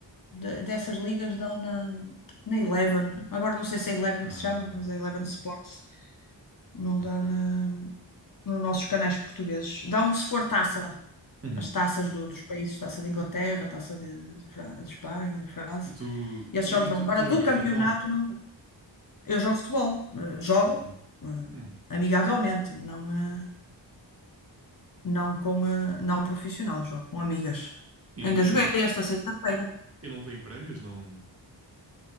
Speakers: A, on the left; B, on the right.
A: da- dessas ligas dão na, na Eleven. Agora não sei se é Eleven
B: ah,
A: que se chama, mas é Eleven Sports. Não
B: ok.
A: dá na, nos nossos canais portugueses. Dão se for taça.
B: Uhum.
A: as taças do- dos países, taça de Inglaterra, taça de, de Fran- de Espanha, de França,
B: E tu,
A: e esses
B: e,
A: jogos
B: e
A: dão.
B: tu,
A: Agora,
B: tu jogas
A: do campeonato,
B: futebol?
A: não dão. Eu jogo futebol, eh, jogo
B: Exatamente.
A: eh,
B: Uhum.
A: amigavelmente, não, eh, não com eh, não profissional, jogo com amigas.
B: E,
A: Ainda
B: e-
A: joguei
B: e-
A: esta sexta-feira.
B: e não tem prémios? Não,